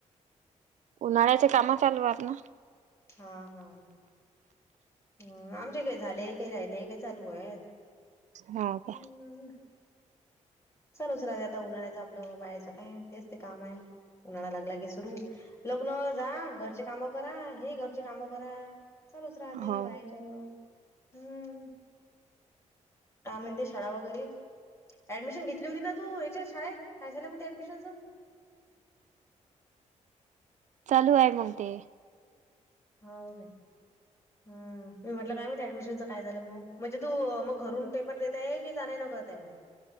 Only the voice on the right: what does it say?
उन्हाळ्याचे काम चालू आहेत ना.
हो
का?
हो
चालू आहे मग ते.